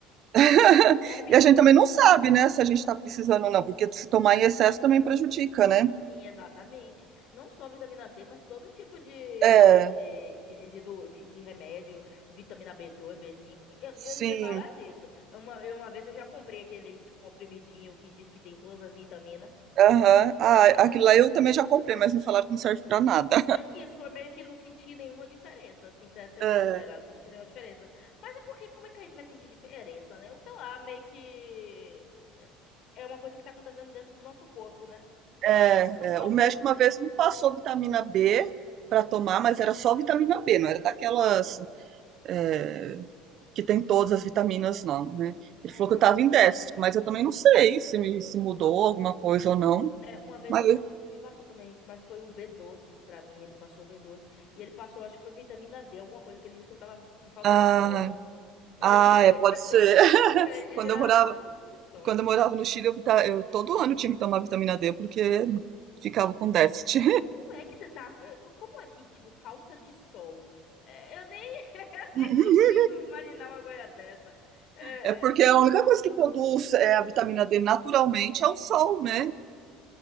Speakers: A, on the right; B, on the left.
A: <laughs>
B: 10 minutos
A: E a gente
B: da...
A: também
B: de-
A: não sabe, né, se a gente tá precisando ou não, porque se tomar em excesso também prejudica, né?
B: Sim, exatamente. Não só vitamina C, mas todo tipo de,
A: É,
B: de, de, do- de- de remédio, vitamina b dois b cinco Eu, eu
A: sim.
B: não entendo nada disso. Eu Uma, eu- uma vez eu já comprei aqueles comprimidinho que diz que tem todas as vitaminas.
A: Aham. Ah,
B: Ah,
A: aquilo lá eu também já comprei, mas me falaram que não serve pra nada.
B: Isso, eu meio que não senti nenhuma diferença, sincera, sendo
A: É,
B: sincera, não senti nenhuma diferença. Mas é porque, como é que a gente vai sentir diferença, né? Eu sei lá, meio que é uma coisa que tá acontecendo dentro do nosso corpo, né?
A: é,
B: Então talvez
A: é. O médico
B: não.
A: uma vez me passou vitamina B para tomar, mas era só vitamina B, não era daquelas é, que tem todas as vitaminas, não, né? Ele
B: Hum,
A: falou que eu tava em déficit, mas eu também não sei se, me- se mudou alguma coisa ou não.
B: é, uma vez
A: Mas,
B: o médico me passou também, mas foi o B12 pra mim, ele passou o B12 e ele passou, acho que foi vitamina D, alguma coisa que ele disse que eu tava com falta
A: ah,
B: de sol. Ele
A: ah,
B: disse, <laughs>
A: é, pode ser. <laughs>
B: ele disse
A: Quando
B: que eu
A: eu
B: tava
A: morava,
B: com falta de sol.
A: quando eu morava no Chile, eu, vita- eu todo ano tinha que tomar vitamina D, porque ficava
B: Tipo,
A: com déficit.
B: Como é que você tá? é, co- Como é que, tipo, falta de sol? É, Eu nem, <laughs> eu nem
A: <laughs>
B: consigo imaginar uma coisa dessa. É,
A: É porque
B: é,
A: a única coisa que produz é, a vitamina D naturalmente é o sol, né?